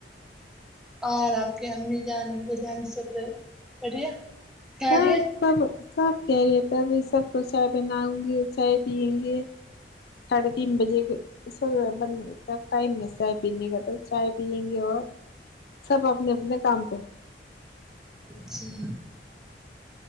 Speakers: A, in the centre; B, on the left (about 60°).
A: اور آپ کے امی جان ابو جان سب بڑھیا خیریت
B: سب سب سب خیریت ہے تبھی سب کو چائے بناؤ گی چائے پیئیں گے ساڑھے تین بجے گئے سر بند ٹائم میں چائے پینے کا تو چائے پیئیں گے اور سب اپنے اپنے کام پہ
A: اچھا